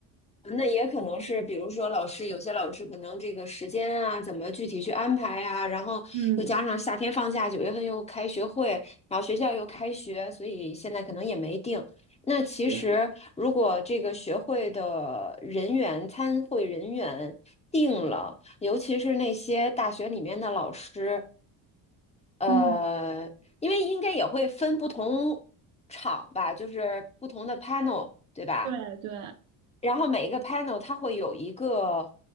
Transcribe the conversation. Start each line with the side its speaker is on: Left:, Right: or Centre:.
Left: 那也可能是，比如说老师，有些老师可能这个时间啊，怎么具体去安排呀、然后又加上夏天放假，
Right: 嗯，
Left: 九月份又开学会，然后学校又开学，所以现在可能也没定。那其实如果这个学会的人员、
Right: 对，
Left: 参会人员定了，尤其是那些大学里面的老师，呃，
Right: 嗯，
Left: 因为应该也会分不同场吧，就是不同的 panel，对吧？
Right: 对对，
Left: 然后每一个 panel 它会有一个